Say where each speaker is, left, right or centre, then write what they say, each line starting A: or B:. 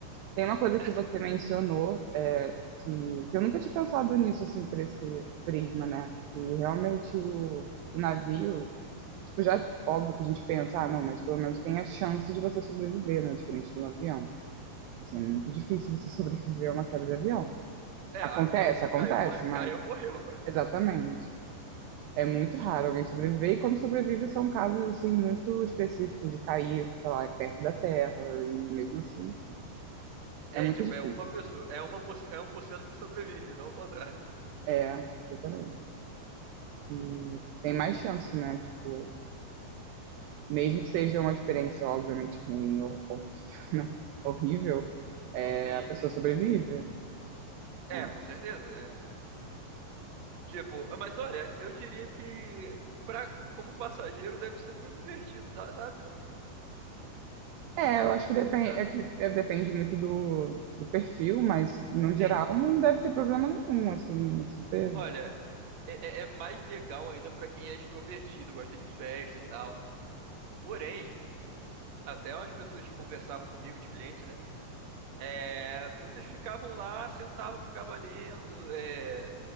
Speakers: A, on the right (about 75°); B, on the right (about 50°).
A: Tem uma coisa
B: É,
A: que
B: se-
A: você mencionou, é, que, que eu nunca tinha pensado nisso, assim, por esse prisma, né? E realmente o, o navio, tipo, já óbvio que a gente pensa, ah, não, mas pelo menos tem a chance de você sobreviver, né? Diferente de um avião. Assim, é muito difícil você <laughs> sobreviver a uma queda de avião.
B: é,
A: Acontece,
B: avião, tu
A: acontece,
B: caiu, morreu,
A: mas
B: <laughs> caiu, morreu. <laughs>
A: exatamente.
B: Tipo,
A: É muito raro alguém sobreviver, e quando sobrevive são casos, assim, muito específicos de cair, sei lá, perto da terra, e mesmo assim,
B: É,
A: é muito
B: e, tipo,
A: difícil.
B: é uma pessoa, é uma por, é um por cento que sobrevive, não o contrário.
A: É, exatamente. E tem mais chance, né? Tipo, mesmo que seja uma experiência obviamente ruim ou ou- <laughs> horrível, é,
B: Sim,
A: a pessoa
B: sim.
A: sobrevive.
B: É,
A: né?
B: com certeza, é. Tipo, mas olha, eu diria que para como passageiro deve ser bem divertido, tá, sabe?
A: É,
B: Pra
A: eu acho
B: ser bem
A: que depende,
B: sincero.
A: é que é, depende muito do, do perfil, mas no geral
B: Sim,
A: não deve ter problema nenhum, assim, é super.
B: olha, é, é- é mais legal ainda para quem é extrovertido, gosta de festa e tal. Porém, até umas pessoas que conversavam comigo, de cliente, né? É, muitas ficavam lá, sentavam, ficavam lendo, é,